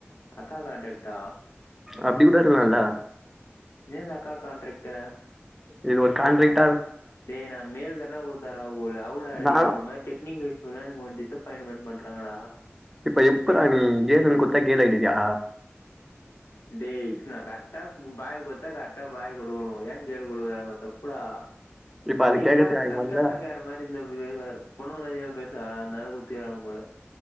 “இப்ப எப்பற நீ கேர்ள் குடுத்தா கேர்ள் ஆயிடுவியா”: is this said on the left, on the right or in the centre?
Centre